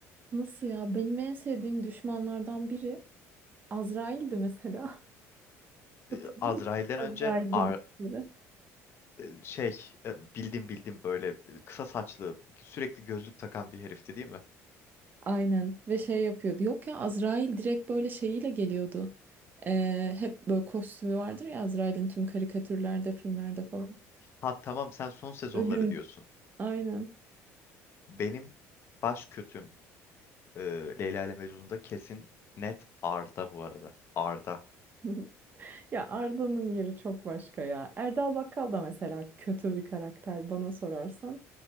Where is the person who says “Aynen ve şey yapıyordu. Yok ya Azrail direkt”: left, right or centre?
Right